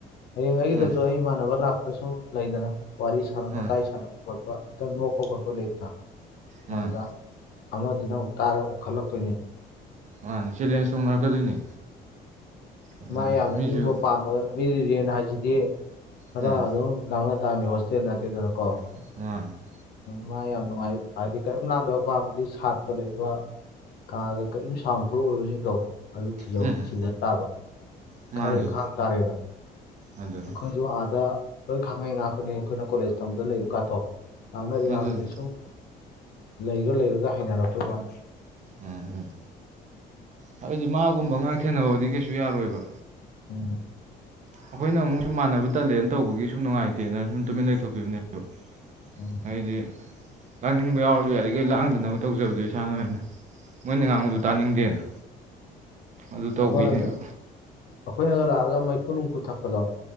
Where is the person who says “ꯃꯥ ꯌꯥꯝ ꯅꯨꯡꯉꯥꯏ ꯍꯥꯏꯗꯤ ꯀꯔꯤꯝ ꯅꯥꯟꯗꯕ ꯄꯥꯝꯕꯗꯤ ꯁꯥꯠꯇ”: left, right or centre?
Left